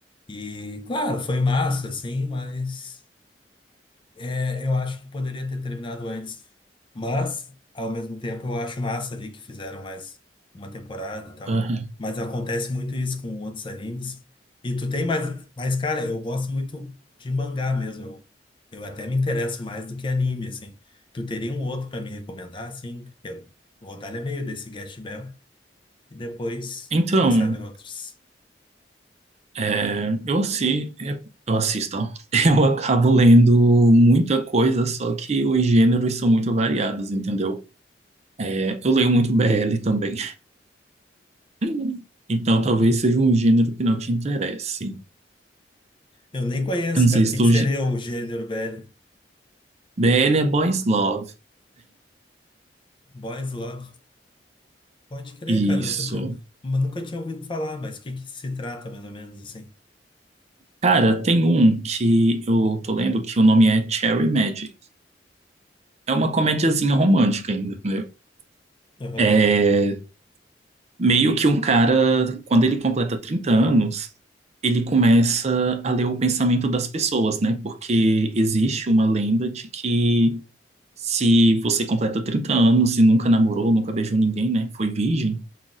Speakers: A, on the left (about 30°); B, on the right (about 40°).
A: E, claro, foi massa, assim, mas. É, eu acho que poderia ter terminado antes, mas ao mesmo tempo eu acho massa ali que fizeram mais uma temporada e tal.
B: Aham.
A: Mas acontece muito isso com outros animes. E tu tem mais, mas cara, eu gosto muito de mangá mesmo. Eu, eu até me interesso mais do que anime, assim. Tu teria um outro pra me recomendar, assim? Porque eu- o Rodalho é meio desse Gash Bell. E depois,
B: Então.
A: quem sabe outros.
B: É, eu, assi, é, eu assisto, ó. <laughs> Eu acabo lendo muita coisa, só que os gêneros são muito variados, entendeu? É, eu leio muito BL também. <laughs> Então talvez seja um gênero que não te interesse.
A: Eu nem conheço,
B: Eu não sei
A: cara. O
B: se
A: que
B: tu.
A: que seria o gênero, velho?
B: BL é Boys Love.
A: Boys Love. Pode crer,
B: Isso.
A: cara. eu Nunca tinha, nunca tinha ouvido falar, mas o que que se trata, mais ou menos, assim?
B: Cara, tem um que eu tô lendo que o nome é Cherry Magic. É uma comediazinha romântica ainda, entendeu?
A: Aham.
B: É, Meio que um cara, quando ele completa 30 anos, ele começa a ler o pensamento das pessoas, né? Porque existe uma lenda de que se você completa 30 anos e nunca namorou, nunca beijou ninguém, né? Foi virgem,